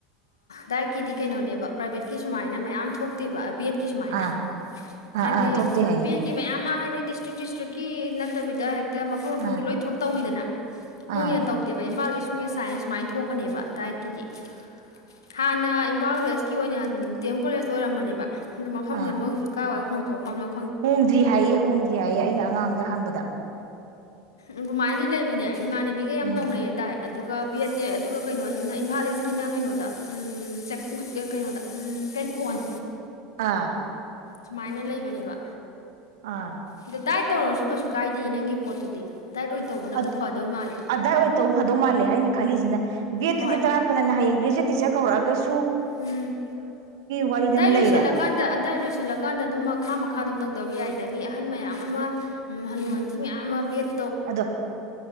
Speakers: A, on the left; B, on the right.
A: ꯗꯥꯏꯠꯀꯤꯗꯤ ꯀꯩꯅꯣꯅꯦꯕ ꯄ꯭ꯔꯥꯏꯚꯦꯠꯀꯤ ꯁꯨꯃꯥꯏꯅ ꯃꯌꯥꯝ ꯊꯣꯛꯇꯦꯕ ꯕꯤꯠ ꯁꯨꯃꯥꯏꯅ
B: ꯑꯥ ꯑꯥ
A: ꯍꯥꯏꯗꯤ
B: ꯑꯥ ꯊꯣꯛꯇꯦ ꯍꯥꯏꯌꯦ
A: ꯕꯤꯑꯦꯠꯀꯤ ꯃꯌꯥꯝ ꯑꯃ ꯍꯥꯏ ꯗꯤꯁꯇ꯭ꯔꯤꯛ ꯗꯤꯁꯇ꯭ꯔꯤꯛꯀꯤ ꯅꯠꯇꯕꯤꯗ ꯍꯦꯛ ꯃꯐꯝ ꯃꯐꯝꯒꯤ
B: ꯑꯥ
A: ꯂꯣꯏꯊꯣꯛ ꯇꯧꯋꯤꯗꯅ ꯃꯣꯏꯒꯤꯅ
B: ꯑꯥ
A: ꯇꯧꯗꯦꯕ ꯏꯝꯐꯥꯜ ꯏꯁ ꯁꯨꯋꯦꯁ ꯍꯥꯏꯅ ꯁꯨꯃꯥꯏꯅ ꯊꯣꯛꯀꯅꯦꯕ ꯗꯥꯏꯠꯀꯤꯗꯤꯑꯥ ꯑꯥ ꯑꯥ ꯍꯥꯟꯅ ꯏꯝꯐꯥꯜ ꯋꯦꯁꯀꯤ ꯑꯣꯏꯅ ꯗꯤ ꯑꯦꯝ ꯀꯣꯂꯦꯖꯇ ꯑꯣꯏꯔꯝꯕꯅꯦꯕ ꯑꯗꯣ ꯃꯐꯝꯁꯦ
B: ꯑꯥ
A: ꯃꯣꯏ ꯍꯧꯖꯤꯛ ꯀꯥꯏꯋꯥꯏ ꯍꯣꯡ ꯇꯣ ꯐꯝꯂꯧ
B: ꯍꯣꯡꯗ꯭ꯔꯤ ꯍꯥꯏꯑꯦ ꯍꯣꯡꯗ꯭ꯔꯤ ꯍꯥꯏꯑꯦ ꯑꯩꯅ ꯑꯉꯥꯡ ꯑꯝꯗ ꯍꯪꯕꯗ
A: ꯑꯗꯨꯨꯃꯥꯏꯅꯗꯤ ꯂꯩꯕꯅꯦ ꯏꯃꯥꯟꯅꯕꯤꯒ ꯌꯥꯝ
B: ꯎꯝ
A: ꯇꯧꯅꯩꯌꯦ ꯗꯥꯏꯠ ꯑꯗꯨꯒ ꯕꯤ ꯑꯦꯠ ꯑꯦ ꯑꯗꯨꯒ ꯀꯩꯅꯣꯁꯤꯅ ꯏꯝꯐꯥꯜ ꯏꯁꯀꯤꯅ ꯀꯩꯅꯣꯗ ꯎꯝ ꯀꯩꯅꯣꯗ ꯎꯝ ꯀꯩꯀꯣꯟ
B: ꯑꯥ
A: ꯁꯨꯃꯥꯏꯅ ꯂꯩꯕꯅꯦ ꯋꯥ
B: ꯑꯥ
A: ꯑꯗꯣ ꯗꯥꯏꯠ ꯇꯧꯔꯁꯨ ꯀꯩꯁꯨ ꯀꯥꯏꯗꯦ ꯅꯪꯒꯤ ꯄꯣꯠꯇꯨꯗꯤ ꯗꯥꯏꯠ ꯑꯣꯏꯅ ꯇꯧꯕꯅꯕꯨ
B: ꯑꯠ
A: ꯐꯗꯣꯏ ꯃꯥꯜꯂꯦ
B: ꯑꯗꯥꯏꯠ ꯑꯣꯏ ꯇꯧ ꯐꯗꯧ ꯃꯥꯜꯂꯦ ꯍꯥꯏꯅ ꯈꯜꯂꯤꯁꯤꯅ ꯕꯤꯑꯦꯠꯇꯨꯗꯤ
A: ꯍꯣꯏ
B: ꯇꯉꯥꯏ ꯐꯗꯅ ꯍꯌꯦꯡ ꯒ꯭ꯔꯦꯖꯨꯋꯦꯠ ꯇꯤꯆꯔ ꯀꯧꯔꯛꯑꯒ ꯁ
A: ꯎꯝ
B: ꯋꯥꯔꯤꯗ
A: ꯗꯥꯏꯠ
B: ꯑꯃ
A: ꯂꯣꯏꯁꯜꯂꯀꯥꯟꯗ
B: ꯂꯩꯔꯦ
A: ꯗꯥꯏꯠ ꯂꯣꯏꯁꯤꯜꯂꯀꯥꯟꯗ ꯑꯗꯨꯝ ꯃꯈꯥ ꯃ ꯃꯈꯥ ꯑꯗꯨꯝ ꯇꯧꯗꯕ ꯌꯥꯏꯗ ꯃꯤ ꯑꯍꯟ ꯃꯌꯥꯝ ꯑꯃ ꯎꯝ ꯍꯟꯅꯨ ꯍꯟꯊꯤ ꯃꯌꯥꯝ ꯑꯃ ꯕꯦꯠ
B: ꯑꯗꯣ